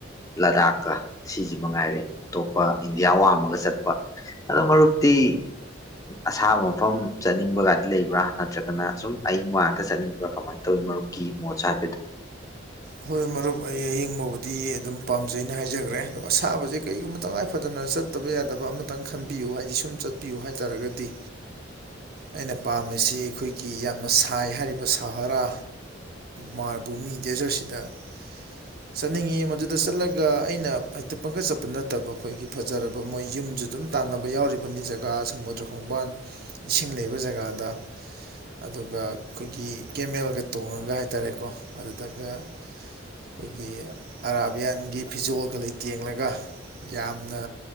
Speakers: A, on the left; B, on the right.
A: ꯂꯗꯥꯛꯀ ꯁꯤꯁꯤ ꯃꯉꯥꯏꯔꯦ ꯑꯇꯣꯞꯄ ꯏꯟꯗꯤꯌꯥ ꯋꯥꯡꯃꯒ ꯆꯠꯄ ꯑꯗꯣ ꯃꯔꯨꯞꯇꯤ ꯑꯁꯥꯕ ꯃꯐꯝ ꯆꯠꯅꯤꯡꯕꯒꯗꯤ ꯂꯩꯕ꯭ꯔꯥ ꯅꯠꯇ꯭ꯔꯒꯅ ꯁꯨꯝ ꯑꯌꯤꯡꯕ ꯉꯥꯛꯇ ꯆꯠꯅꯤꯡꯕ꯭ꯔꯥ ꯀꯃꯥꯏꯅ ꯇꯧꯋꯤ ꯃꯔꯨꯞꯀꯤ ꯃꯣꯠꯁꯨ ꯍꯥꯏ
B: ꯍꯣꯏ ꯃꯔꯨꯞ ꯑꯩ ꯑꯌꯤꯡꯕꯕꯨꯗꯤ ꯗꯤ ꯑꯗꯨꯝ ꯄꯥꯝꯖꯩꯅ ꯍꯥꯏꯖꯈ꯭ꯔꯦ ꯑꯗꯣ ꯑꯁꯥꯕꯁꯦ ꯀꯩꯒꯨꯝꯕ ꯇꯉꯥꯏꯐꯗꯅ ꯆꯠꯇꯕ ꯌꯥꯗꯕ ꯑꯃꯇꯪ ꯈꯟꯕꯤꯌꯨ ꯍꯥꯏꯗꯤ ꯁꯨꯝ ꯆꯠꯄꯤꯌꯨ ꯍꯥꯏꯇꯥꯥꯔꯒꯗꯤ ꯑꯩꯅ ꯄꯥꯝꯃꯤꯁꯤ ꯑꯩꯈꯣꯏꯒꯤ ꯌꯥꯝꯅ ꯁꯥꯏ ꯍꯥꯏꯔꯤꯕ ꯁꯍꯔꯥ ꯃꯥꯔ ꯚꯨꯃꯤ ꯗꯦꯖꯔꯠꯁꯤꯗ ꯆꯠꯅꯤꯡꯉꯤ ꯃꯗꯨꯗ ꯆꯠꯂꯒ ꯑꯩꯅ ꯍꯦꯛꯇ ꯄꯪꯀꯠ ꯆꯠꯄ ꯅꯠꯇꯕ ꯑꯩꯈꯣꯏꯒꯤ ꯐꯖꯔꯕ ꯃꯣꯏ ꯌꯨꯝꯁꯨ ꯑꯗꯨꯝ ꯇꯥꯟꯅꯕ ꯌꯥꯎꯔꯤꯕꯅꯤ ꯖꯒꯥ ꯁꯃꯨꯗ꯭ꯔ ꯈꯣꯡꯕꯥꯟ ꯏꯁꯤꯡ ꯂꯩꯕ ꯖꯒꯥꯗ ꯑꯗꯨꯒ ꯑꯩꯈꯣꯏꯒꯤ ꯀꯦꯃꯦꯜꯒ ꯇꯣꯡꯉꯒ ꯍꯥꯏꯇꯥꯔꯦꯀꯣ ꯑꯗꯨꯗꯒ ꯑꯩꯈꯣꯏꯒꯤ ꯑꯔꯥꯕꯤꯌꯥꯟꯒꯤ ꯐꯤꯖꯣꯜꯒ ꯂꯩꯇꯦꯡꯂꯒ ꯌꯥꯝꯅ